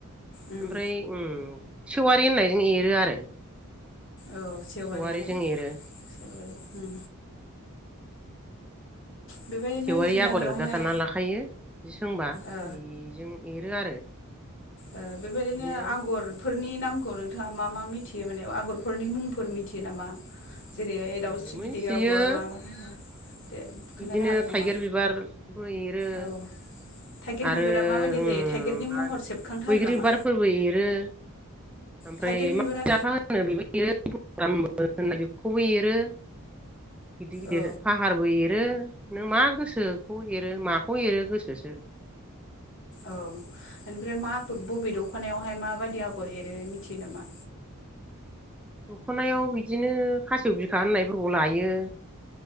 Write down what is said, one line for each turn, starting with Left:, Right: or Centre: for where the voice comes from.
Left: उम
Centre: ओमफ्राय उम सेवारि होननायजों एरो आरो
Left: औ
Centre: सेवारि
Left: ना
Centre: जों एरो
Left: सेवारि उम बेबायदिनो
Centre: सेवारि
Left: जि दानायावहाय
Centre: आगर एरग्रा दाना लाखायो जि सों होनबा
Left: ओ
Centre: बेजों एरो आरो।
Left: ओ बेबायदिनो
Centre: बिदिनो
Left: आगरफोरनि नाम खौ नोंथाङा मा मा मिथियो माने आगरफोरनि मुंफोर मिथियो नामा? जेरैहाय
Centre: ओ
Left: दावस्रि
Centre: मोनथियो
Left: बिदै आगर माबा दे खोन्थानो
Centre: बिदिनो
Left: हागोन
Centre: थाइगिर
Left: नामा
Centre: बिबारबो एरो
Left: औ थाइगिर
Centre: आरो
Left: बिबारा माबायदि
Centre: उम
Left: जायो थाइगिरनि
Centre: मा
Left: महर
Centre: होनो
Left: सेबखांथारो
Centre: बैग्रि
Left: नामा
Centre: बिबारफोरबो एरो। ओमफ्राय
Left: थाइगिर बिबारा
Centre: माफा होनो बेबो एरो <unintelligible> होनना बेखौबो एरो। गिदिर गिदिर
Left: औ
Centre: फाहारबो एर एरो नों मा गोसोखौ एरो माखौ एरो गोसोसो।
Left: औ ओनिफ्राय मा बबे दखनायावहाय माबायि आगर एरो मिथियो नामा।
Centre: दखनायाव बिदिनो खासेउ बिखा होननायफोरखौ लायो।